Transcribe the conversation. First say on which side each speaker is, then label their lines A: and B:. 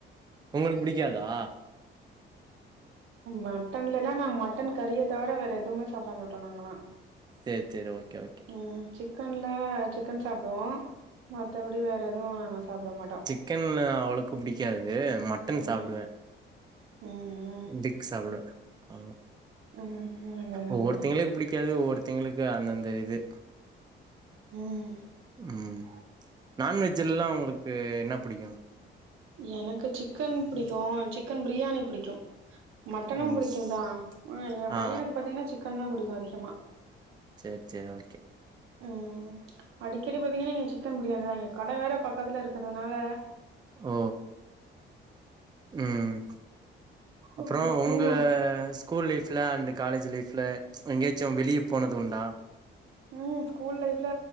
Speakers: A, on the right; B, on the right.
A: உங்களுக்கு புடிக்காதா
B: மட்டன்லல்லாம் நான் மட்டன் கறிய தவர வேற எதுவுமே சாப்பிட மாட்டோ நாங்களாம்
A: சேர் சேர் ஓகே ஓகே
B: ம் சிக்கன்ல்ல சிக்கன் சாப்புடுவோம் மத்தபடி வேற எதுவும் நாங்க சாப்பிட மாட்டோம்
A: சிக்கன் அவ்ளோக்கு பிடிக்காது மட்டன்
B: ம்
A: சாப்பிடுவேன்
B: ம்
A: பிக் சாப்டுவே ஆ
B: ம் ம் நல்லது நல்லது
A: ஒவ்வொருதிங்களுக்கு புடிக்காது ஒவ்வொருதிங்களுக்கு அந்தந்த இது
B: ம்
A: ம் நான்வெஜ்ஜல்லாம் உங்களுக்கு என்ன புடிக்கும்
B: எனக்கு சிக்கன் புடிக்கும் சிக்கன் பிரியாணி புடிக்கும் மட்டனும்
A: ஓ
B: புடிக்கும்
A: ஸ்
B: தான் அ என்
A: ஆ ஆ
B: பையனுக்கு பாத்தீங்கன்னா சிக்கன் தான் புடிக்கும் அதிகமா
A: சேர் சேர் ஓகே
B: ம் அடிக்கடி பார்த்திங்கன்னா இங்க சிக்கன் பிரியாணி தான் இங்க கட வேற பக்கத்தில இருக்கிறதுனால
A: ஓ ம் அப்பறோ
B: ஆமா
A: உங்க
B: நீங்க
A: ஸ்கூல் லைஃப்ல அண்டு காலேஜ் லைஃப்ல எங்கேயாச்சும் வெளியே போனதுண்டா
B: ம் ஸ்கூல் லைஃப்ல